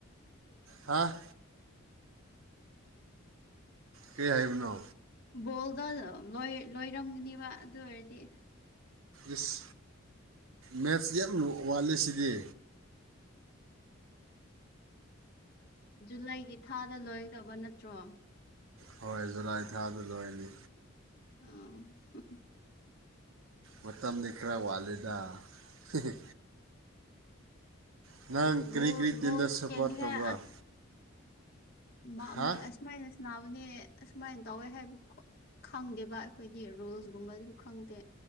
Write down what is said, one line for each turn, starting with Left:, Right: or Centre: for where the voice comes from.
Right: ꯍꯥꯥ ꯀꯩ ꯍꯥꯏꯕꯅꯣ
Left: ꯕꯣꯜꯗꯣ ꯂꯣꯏ ꯂꯣꯏꯔꯝꯒꯅꯤꯕ ꯑꯗꯨ ꯑꯣꯏꯔꯗꯤ
Right: ꯏꯁ ꯃꯦꯠꯁ ꯌꯥꯝ ꯋꯥꯠꯂꯤꯁꯤꯗꯤ
Left: ꯖꯨꯂꯥꯏꯒꯤ ꯊꯥꯗ ꯂꯣꯏꯒꯗꯕ ꯅꯠꯇ꯭ꯔꯣ
Right: ꯍꯣꯏ ꯖꯨꯂꯥꯏ ꯊꯥꯗ ꯂꯣꯏꯅꯤ
Left: ꯑꫭ ꯍꯨꯝ ꯍꯨꯝ
Right: ꯃꯇꯝꯗꯤ ꯈ꯭ꯔ ꯋꯥꯠꯂꯤꯗ ꯍꯤ ꯍꯤ ꯅꯪ ꯀꯔꯤ
Left: ꯕꯣꯜ
Right: ꯀꯔꯤ ꯇꯤꯝꯗ
Left: ꯕꯣꯜꯖꯨ
Right: ꯁꯞꯄꯣꯔꯠ
Left: ꯌꯦꯡꯅꯤꯡꯉꯦ
Right: ꯇꯧꯕ꯭ꯔꯥ
Left: ꯑꯁ ꯃꯥꯃꯨꯛ
Right: ꯍꯥ
Left: ꯑꯁ ꯁꯨꯃꯥꯏꯅ ꯁ꯭ꯅꯥꯕꯅꯦ ꯑꯁꯨꯃꯥꯏꯅ ꯇꯧꯋꯦ ꯍꯥꯏꯕꯈꫭ ꯈꯪꯗꯦꯕ ꯑꯩꯈꯣꯏꯗꯤ ꯔꯨꯜꯁꯒꯨꯝꯕꯁꯨ ꯈꯪꯗꯦ